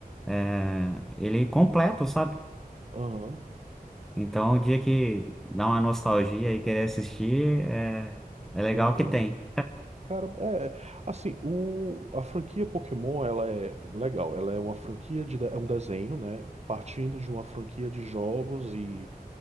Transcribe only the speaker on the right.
Aham.
uhum.
Cara, é é, assim, o, a franquia Pokémon, ela é legal, ela é uma franquia de, de- é um desenho, né, partindo de uma franquia de jogos e